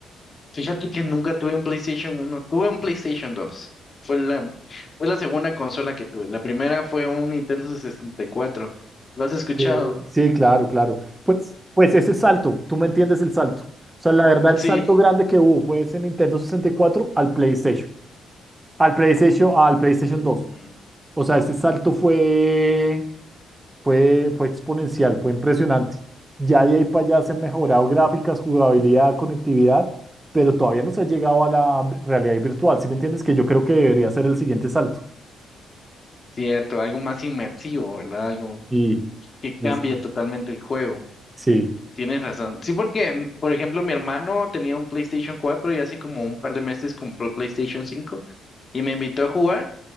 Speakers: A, on the left; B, on the right.
A: Fíjate que nunca tuve un PlayStation uno, tuve un PlayStation dos. Fue la, fue la segunda consola que tuve. La primera fue un Nintendo sesenta y cuatro. ¿Lo has escuchado?
B: Que- Sí, claro, claro. Pues, pues ese salto, tú me entiendes el salto. O sea, la verdad, el
A: Sí,
B: salto grande que hubo fue ese Nintendo sesenta y cuatro al PlayStation, al PlayStation, al PlayStation
A: Ujú.
B: dos. O sea, ese salto fue, fue, fue exponencial, fue impresionante. Ya de ahí para allá se han mejorado gráficas, jugabilidad, conectividad, pero todavía no se ha llegado a la realidad virtual. ¿Sí me entiendes? Que yo creo que debería ser el siguiente salto.
A: cierto, algo más inmersivo, ¿verdad? Algo
B: Sí,
A: que cambia
B: sí, sí.
A: totalmente el juego.
B: sí.
A: Tienes razón. Sí, porque, mm, por ejemplo, mi hermano tenía un PlayStation cuatro y hace como un par de meses compró el PlayStation cinco. y me invitó a jugar